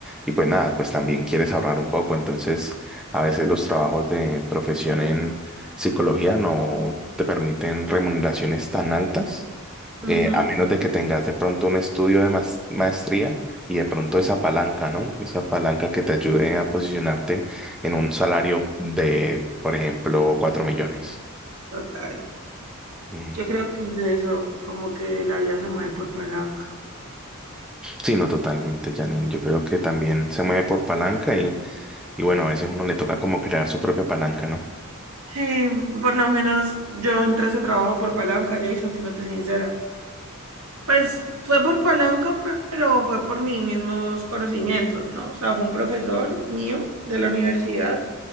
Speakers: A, in the centre; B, on the right.
A: Y pues nada, pues también quieres ahorrar un poco. Entonces, a veces los trabajos de profesión en psicología no te permiten remuneraciones tan altas eh,
B: Ujú,
A: a menos de que tengas de pronto un estudio de mas- maestría y de pronto esa palanca, ¿no? Esa palanca que te ayude a posicionarte en un salario de, por ejemplo, 4 millones.
B: total.
A: Ujú.
B: Yo creo que es eso, como que la vida se mueve por palanca.
A: Sí, no, totalmente, Janine. Yo creo que también se mueve por palanca y, y bueno, a veces uno le toca como crear su propia palanca, ¿no?
B: Sí, por lo menos yo entré a ese trabajo por palanca, Jason, siéndote sincera. Pues fue por palanca, pe- pero fue por mis mismos conocimientos, ¿no? O sea, fue un profesor mío de la universidad